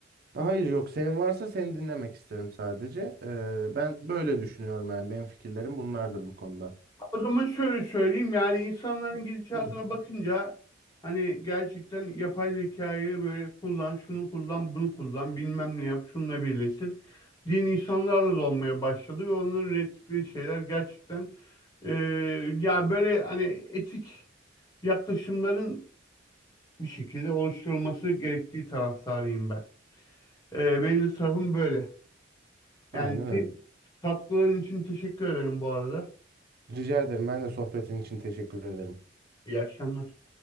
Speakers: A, on the right; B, on the left.
A: Hayır yok, senin varsa seni dinlemek isterim sadece. Ee, ben böyle düşünüyorum yani. Benim fikirlerim bunlardır bu konuda.
B: O zaman şöyle söyleyeyim yani insanların gidişatına
A: <clears throat>
B: bakınca hani gerçekten yapay zekayı böyle kullan, şunu kullan, bunu kullan, bilmem ne yap, şununla birleştir diyen insanlarla da olmaya başladı ve onların ürettikleri şeyler gerçekten e, ya böyle hani etik yaklaşımların bir şekilde oluşturulması gerektiği taraftarıyım ben. E, benim de tarafım böyle. Yani
A: Aynen
B: te-
A: öyle.
B: katkıların için teşekkür ederim bu arada.
A: Rica ederim. Ben de sohbetin için teşekkür ederim.
B: İyi akşamlar.